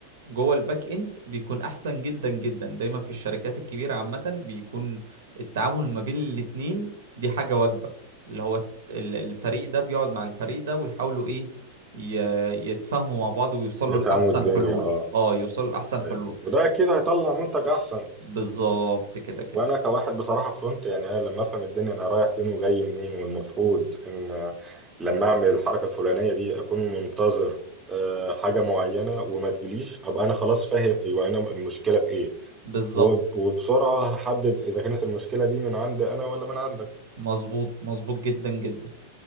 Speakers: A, on the right; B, on the right.
A: جوه الباك اند بيكون احسن جدا جدا دايما في الشركات الكبيره عامه بيكون التعامل ما بين الاتنين دي حاجه واجبه اللي هو الت- ال- الفريق ده بيقعد مع الفريق ده ويحاولوا ايه ي- يتفاهموا مع بعض ويوصلوا
B: يفهموا
A: لاحسن
B: الدنيا
A: حلول
B: اه
A: اه يوصلوا لاحسن
B: ايوه
A: حلول
B: وده اكيد هيطلع منتج احسن
A: بالظبط كده كده
B: وانا كواحد بصراحه فرونت يعني انا لما افهم الدنيا انا رايح فين وجاي منين والمفروض ان لما اعمل الحركه الفلانيه دي اكون منتظر آه، حاجه معينه وما تجيليش ابقى انا خلاص فاهم ايوه انا المشكله في ايه
A: بالظبط
B: وب- وبسرعه هحدد اذا كانت المشكله دي من عندي انا ولا من عندك
A: مظبوط مظبوط جدا جدا